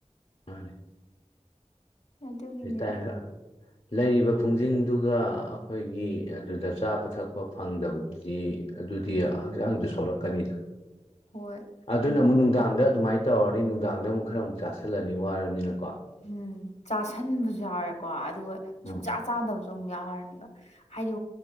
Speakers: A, on the left; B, on the left.
A: ꯃꯥꯅꯦ
B: ꯑꯗꯨꯒꯤꯅꯤꯗ
A: <unintelligible> ꯂꯩꯔꯤꯕ ꯄꯨꯡꯖꯤꯡꯗꯨꯒ ꯑꯩꯈꯣꯏꯒꯤ ꯑꯗꯨꯗ ꯆꯥꯕ ꯊꯛꯄ ꯐꯪꯗꯕꯗꯨꯗꯤ ꯑꯗꯨꯗꯤ ꯍꯛꯆꯥꯡꯁꯨ ꯁꯣꯛꯂꯛꯀꯅꯤꯗ꯫
B: ꯍꯣꯏ
A: ꯑꯗꯨꯅ
B: ꯑꯗꯨ
A: ꯑꯃꯨꯛ ꯅꯨꯡꯗꯥꯡꯗ ꯑꯗꯨꯃꯥꯏ ꯇꯧꯔꯅꯤ ꯅꯨꯡꯗꯥꯡꯗ ꯑꯃꯨꯛ ꯈꯔ ꯑꯃꯨꯛ ꯆꯥꯥꯁꯜꯂꯅꯤ ꯋꯥꯔꯝꯅꯤꯅꯀꯣ꯫
B: ꯎꯝ ꯆꯥꯁꯟꯕꯁꯨ ꯌꯥꯎꯔꯦꯀꯣ ꯑꯗꯨꯒ
A: ꯎꯝ
B: ꯁꯨꯡꯆꯥ ꯆꯥꯗꯕ ꯖꯨ ꯑꯃꯨꯛ ꯌꯥꯎꯔꯅꯦꯕ ꯍꯥꯏꯗꯤ